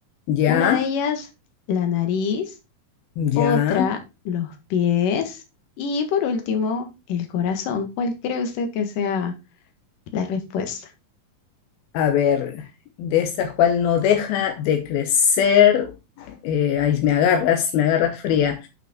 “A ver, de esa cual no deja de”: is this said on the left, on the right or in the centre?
Left